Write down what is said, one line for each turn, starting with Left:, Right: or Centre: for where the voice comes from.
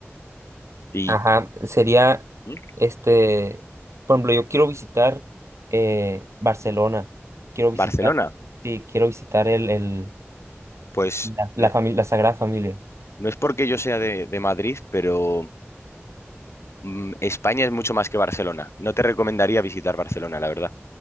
Left: Y
Right: Ajá, sería,
Left: ¿Mm?
Right: este, por ejemplo, yo quiero visitar eh, Barcelona. Quiero visitar,
Left: Barcelona.
Right: sí, quiero visitar el, el,
Left: Pues
Right: la, la,
Left: no,
Right: fami- la Sagrada Familia.
Left: no es porque yo sea de, de Madrid, pero mm, España es mucho más que Barcelona. No te recomendaría visitar Barcelona, la verdad.